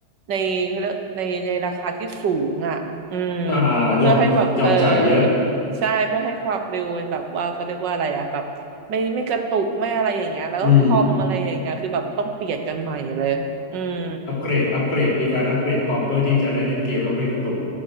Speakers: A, on the right; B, on the left.
A: ในเขาเรียกในในราคาที่สูงอ่ะอืม
B: อ่ายอมยอมจ่ายเยอะ
A: เพื่อให้แบบเออใช่เพื่อให้ความเร็วมันแบบว่าเขาเรียกว่าอะไรอะแบบไม่ไม่กระตุกไม่อะไรอย่างเงี้ยแล้วก็คอมอะไรอย่างเงี้ยคือแบบต้องเปลี่ยนกันใหม่เลยอืม
B: อืมอัปเกรดอัปเกรดมีการอัปเกรดคอมเพื่อที่จะได้เล่นเกมแล้วไม่กระตุก